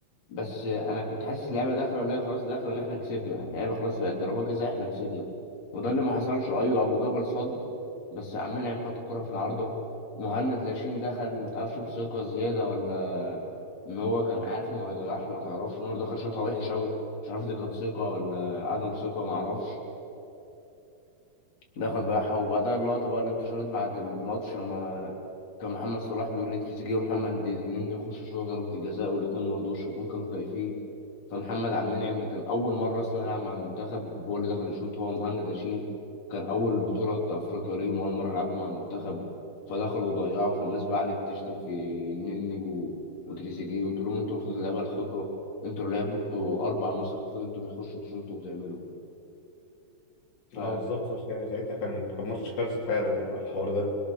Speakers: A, on the left; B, on the left.
A: بس أنا كنت حاسس اللعبة داخلة لا خلاص داخلة إن إحنا كسبنا اللعبة خلاص بقت ضربات جزاء إحنا كسبنا وده اللي ما حصلش أيوة أبو جبل صد بس عمال يلعب حط الكرة في العارضة مهند لاشين دخل متعرفش بثقة زيادة ولا إن هو كان عارف إنه هيضيعها متعرفش إن هو دخل شوطة وحشة أوي مش عارف دي كانت ثقة ولا عدم ثقة معرفش دخل
B: ده
A: راح وبعدها اللقطة بقى اللي انتشرت بعد الماتش لما كان محمد صلاح بيقول لتريزيجيه ومحمد دي الاتنين يخشوا يشوطوا ضربة الجزاء والاتنين مرضوش الاتنين كانوا خايفين فمحمد عبد المنعم اللي كان أول مرة أصلا يلعب مع المنتخب هو اللي دخل يشوط هو ومهند لاشين كان أول بطولة أفريقيا ليهم أول مرة يلعبوا مع المنتخب فدخلوا وضيعوا فالناس بقى قعدت تشتم في النني و- وتريزيجيه وتقول لهم انتوا المفروض اللعيبة الخبرة انتوا اللي لعبتوا أربع نسخ المفروض انتوا بتخشوا تشوطوا وتعملوا ف
B: اه بالظبط سا- ساعتها كان كان ماتش كارثه فعلا على الحوار ده